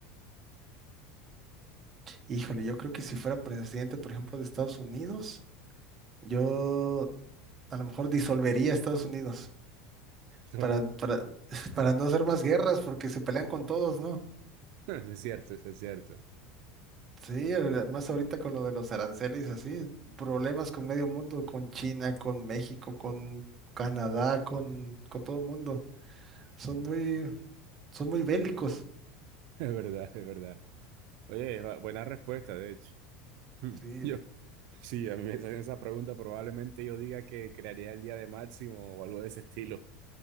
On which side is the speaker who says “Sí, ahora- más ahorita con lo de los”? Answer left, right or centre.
Right